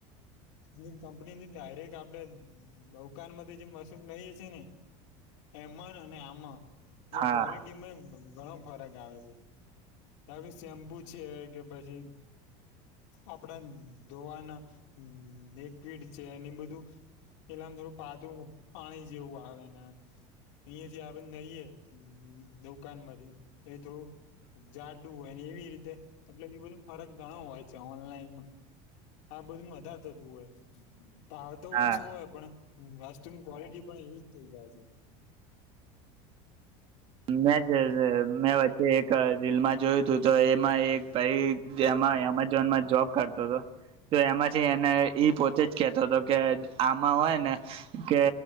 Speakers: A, on the left; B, on the right.
A: એની કંપનીની ડાયરેક્ટ આપડે દુકાન થી જે મશુર નહી છે ને એમ અને આમાં એ
B: હા
A: ક્વલિટીમાં ઘણા ફરક આવે છે તારુ શેમ્પુ છે કે પછી આપડા ધોવાના લિક્વિડ છે એને બધું એલામ થોડું પાતું પાણી જેવું આવે ને અહીયાં જે આવીને ખઈએ દુકાન માંથી એ થોડું જાડું હોય એવી રીતે એટલે એ બધો ફરક ઘણો હોય છે ઓનલાઈનમાં આ બધું વધારે થતું હોય ભાવ તો
B: હા
A: ઓછો હોય પણ <unintelligible> તુમ ક્વોલિટી પણ એવી જ થઈ જાય છે
B: મેં જ જ મેં વચ્ચે એક રીલમાં જોયું હતું તો એમાં એક ભાઈ એમાં એમેઝોનમાં જોબ કરતો હતો તો એમાંથી એને ઈ પોતે જ કેતો હતો કે આમાં હોય ને કે